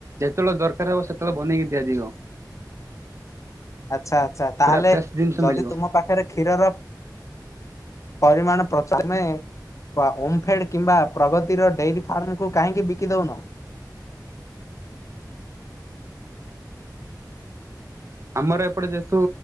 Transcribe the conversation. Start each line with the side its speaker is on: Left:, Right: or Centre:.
Right: ଯେତେବେଳେ ଦରକାର ହବ ସେତେବେଳେ ବନେଇକି ଦିଆଯିବ।
Left: ଆଚ୍ଛା ଆଚ୍ଛା ତାହେଲେ
Right: ପୁରା ଫ୍ରେଶ ଜିନିଷ
Left: ଯଦି
Right: ମିଳିବ।
Left: ତୁମ ପାଖରେ କ୍ଷୀରର ପରିମାଣ ପ <unintelligible> ଓମ୍ଫେଡ୍ କିମ୍ବା ପ୍ରଗତିର ଡେରି ଫାର୍ମକୁ କାହିଁକି ବିକିଦଉନା।
Right: <inaudible> ଆମର ଏପଟେ ଯେହେତୁ